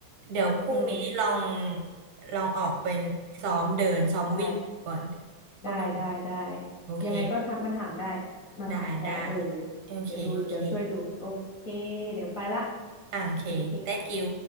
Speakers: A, on the right; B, on the left.
A: เดี๋ยวพรุ่งนี้ลอง
B: เออ
A: ลองออกไปซ้อมเดินซ้อมวิ่งก่อน
B: ได้ ได้ได้ได้
A: ก็เป็นโอเค
B: ยังไงก็ทักมาถามได้มาถามได้เออ
A: ได้ได้โอเคโอเค
B: เดี๋ยวดูเดี๋ยวช่วยดูโอเคเดี๋ยวไปละ
A: อ่าโอเค
B: เค้ก
A: thank you